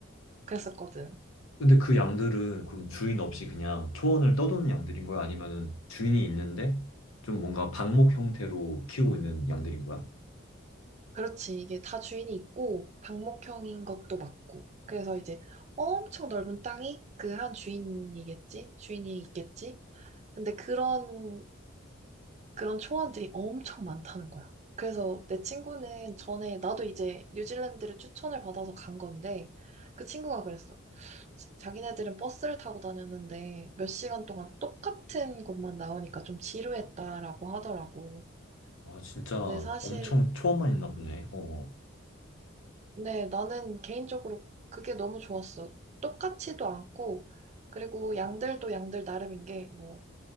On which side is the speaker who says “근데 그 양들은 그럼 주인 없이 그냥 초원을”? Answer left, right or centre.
Left